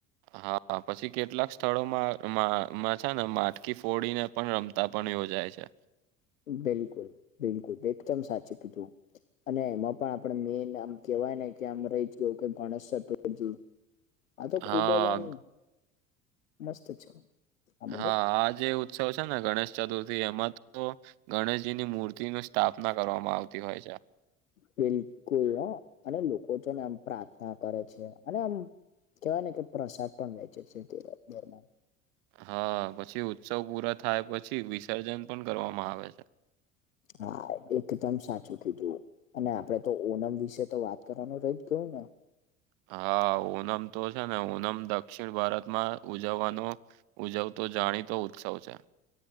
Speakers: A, on the right; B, on the left.
A: હા પછી કેટલાક સ્થળોમાં માં છે, ને માટકી ફોડીને પણ રમતા પણ યોજાય છે.
B: બિલકુલ બિલકુલ એકદમ સાચું કીધું અને એમાં પણ આપડે મેન આમ કેવાય ને કે આમ રહી ગયું કે ગણેશ ચતુર્થી
A: <inaudible>
B: આ તો ખુબ
A: હા
B: જ આમ મસ્ત છે. આ બધું
A: હા આ જે ઉત્સવ છે, ને ગણેશ ચતુર્થી એમાં તો ગણેશજીની મૂ તિ નુ સ્થાપના કરવામાં આવતી હોય છે.
B: બિલકુલ અને લોકો તો ને એમ પ્રાર્થના કરે છે, અને આમ કેવાય ને કે પ્રસાદ પણ વેચે છે, તેર <unintelligible>
A: હ પછી ઉત્સવ પૂરા થાય પછી વિસર્જન પણ કરવામાં આવે છે.
B: હા એકદમ સાચું કીધું અને આપડે તો ઓનમ વિશે તો વાત કરવાનું રહી ગયું ને
A: હા ઓનમ તો છે, ને ઓનમ દક્ષિણ ભારતમાં ઉજવવાનો ઉજવતો જાણી તો ઉત્સવ છે.